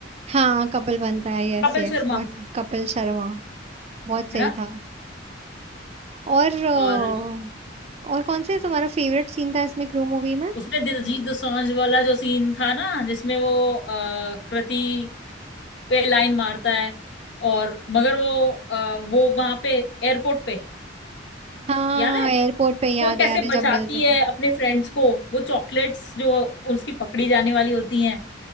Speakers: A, on the right; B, on the left.
A: हाँ कपल बनता है yes
B: कपिल
A: yes
B: शर्मा
A: but Kapil Sharma बहुत सही
B: है ना
A: था और अ,
B: और
A: और कौन से तुम्हारा फेवरेट सीन था इसमें क्रू मूवी में
B: उसमें दिलजीत दोसांझ वाला जो सीन था ना जिसमें वो अ, कृति पे लाइन मारता है और मगर वो अ, वो वहां पे एयरपोर्ट पे
A: हाँ
B: याद है
A: एयरपोर्ट पे याद
B: वो कैसे
A: है याद है
B: बचाती
A: जब मिलते थे
B: है अपने फ्रेंड्स को वो चॉकलेट्स जो उसकी पकड़ी जाने वाली होती हैं